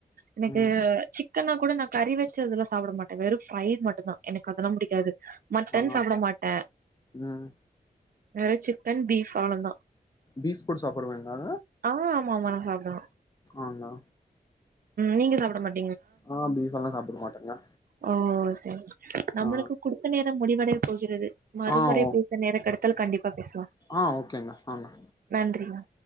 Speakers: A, on the right; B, on the left.
A: எனக்கு
B: ம்
A: சிக் சிக்கன்னா கூட நான் கறி வச்சு அதொ சாப்பிட மாட்டே வெற ஃப்ரைஸ் மட்டுந்தா எனக்கு அதெல்லா புடிக்காது மட்டன்
B: ஆ
A: சாப்ட மாட்டே
B: ம்
A: வேற சிப்பன் பீஃ ஆவ்ளந்தா
B: பீஃப் போடு சாப்டுவேங்களா
A: ஆஹ் ஆமா ஆமா நா சாப்டுவே
B: ஆலா
A: நீங்க சாப்ட மட்டு
B: ஆஹ் பீஃப் எல்லா சாப்ட மாட்டேங்க
A: ஓ சரி நம்மளுக்கு
B: ஆ
A: குடுத்த நேரம் முடிவடைய் போகிறது மறுமுறை
B: ஆ ஓ
A: பேச நேர கெடைத்தால் கண்டிப்பா பேசலா
B: ஆ ஓகேங்க ஆங்க
A: நன்றிக